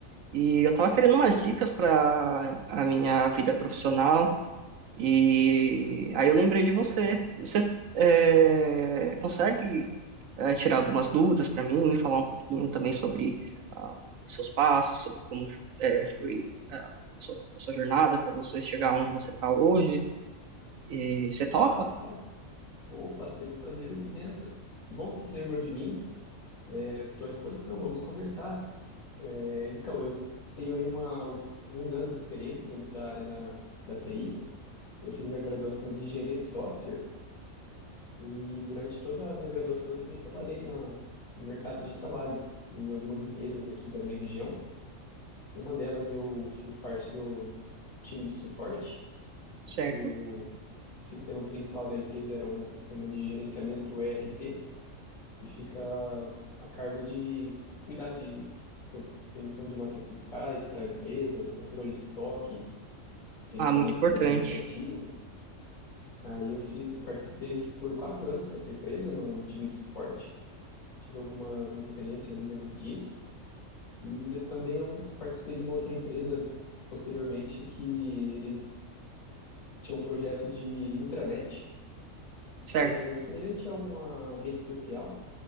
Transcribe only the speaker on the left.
Claro,
claro. Opa, seria um prazer imenso. Que bom que você lembrou de mim. Estou à disposição, vamos conversar. É, então, eu tenho aí uma, alguns anos de experiência dentro da área da, da TI. Eu fiz a graduação de engenharia de software e durante toda a minha graduação eu também trabalhei na- no mercado de trabalho, em algumas empresas aqui da minha região. Uma delas eu fiz parte do, do time de suporte
que o, o sistema principal da empresa era um sistema de gerenciamento ERP, que fica a cargo de cuidar de sob- emissão de notas fiscais para empresas, controle de estoque, gerenciamento
administrativo. Aí eu fi- participei por quatro anos nessa empresa, no, no time de suporte. Tive alguma, alguma experiência ali dentro disso. E de- também eu participei de uma outra empresa posteriormente que eles tinham um projeto de intranet
que é semelhante a uma rede social,